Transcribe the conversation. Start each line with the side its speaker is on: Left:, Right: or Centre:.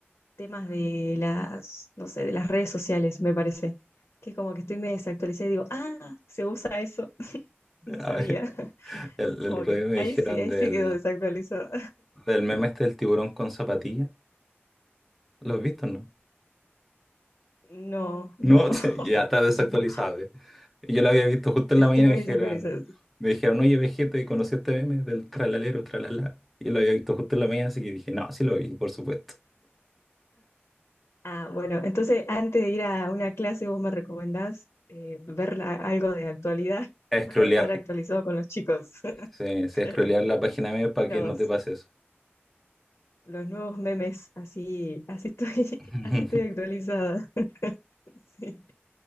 Left: temas de las, no sé, de las redes sociales, me parece, que es como que estoy me desactualizada y digo, ah, se usa eso, <laughs> no
Centre: A
Left: sabía.
Centre: ver,
Left: <laughs>
Centre: <laughs> el,
Left: Es como
Centre: el otro
Left: que
Centre: día me
Left: ahí
Centre: dijeron
Left: sí, ahí
Centre: del,
Left: sí quedo desactualizada.
Centre: del meme este del tiburón con zapatillas. ¿Lo has visto, no?
Left: No, no,
Centre: No, <laughs> ya está
Left: <laughs>
Centre: desactualizado.
Left: no,
Centre: ¿eh? Y Yo lo había visto justo en
Left: estoy
Centre: la mañana
Left: muy
Centre: y me dijeron,
Left: desactualizado.
Centre: me dijeron, oye, Vegeta, ¿y conocí este meme del tralalero, tralala? y lo había visto justo en la mañana, así que dije, no, sí lo vi, por supuesto.
Left: Ah, bueno, entonces antes de ir a una clase, ¿vos me recomendás eh, ver la- algo de actualidad <laughs>
Centre: Scrollear,
Left: para estar actualizado con los chicos? <laughs>
Centre: sí, sí,
Left: Claro.
Centre: scrollear la página meme para
Left: Los,
Centre: que no te pase eso.
Left: los nuevos memes, así, así estoy,
Centre: <laughs>
Left: <laughs> así estoy actualizada. <laughs> Sí,